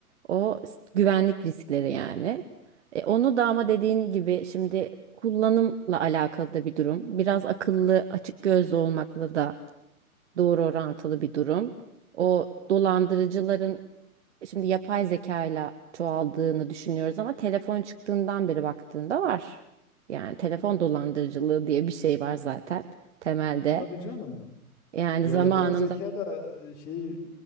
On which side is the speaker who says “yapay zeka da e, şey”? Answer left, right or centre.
Left